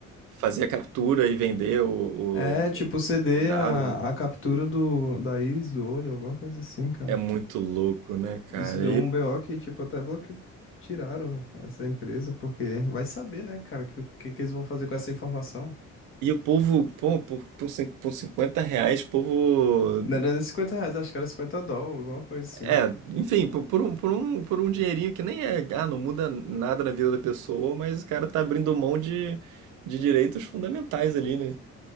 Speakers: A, on the right; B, on the left.
A: Fazer a captura e vender o, o-
B: É tipo ceder
A: o- o dado
B: a,
A: né?
B: a captura do, da íris do olho, alguma coisa assim, cara.
A: é muito louco, né, cara?
B: Isso deu um BO que, tipo, até bloque... tiraram essa empresa, porque vai saber, né, cara, o que, que, que eles vão fazer com essa informação.
A: E o povo, pô, por, por, cin- por 50 reais, o povo.
B: Não era nem 50 reais, acho que era 50 dólares, alguma coisa assim.
A: É, enfim, por, por um, por, um, por um dinheirinho que nem é. Ah, não muda nada na vida da pessoa, mas o cara tá abrindo mão de, de direitos fundamentais ali, né?